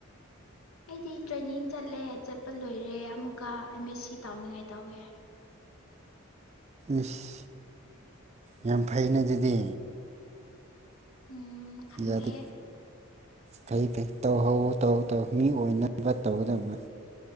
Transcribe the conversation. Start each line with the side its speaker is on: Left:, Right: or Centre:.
Left: ꯑꯩꯗꯤ ꯇ꯭ꯔꯦꯅꯤꯡ ꯆꯠꯂꯦ ꯆꯠꯄ ꯂꯣꯏꯔꯦ ꯑꯃꯨꯛꯀ ꯑꯦꯝ ꯑꯦꯁ ꯁꯤ ꯇꯥꯎꯅꯤꯡꯉꯥꯏ ꯇꯧꯋꯦ
Right: ꯏꯁ ꯌꯥꯝ ꯐꯩꯅꯦ ꯑꯗꯨꯗꯤ
Left: ꯎꯝ꯫ ꯈꯪꯗꯦ
Right: ꯌꯥꯗꯦ ꯐꯩ ꯐꯩ ꯇꯧꯍꯧꯋꯦ ꯇꯧ ꯇꯧ ꯃꯤ ꯑꯣꯏꯅꯕ ꯇꯧꯒꯗꯕꯥ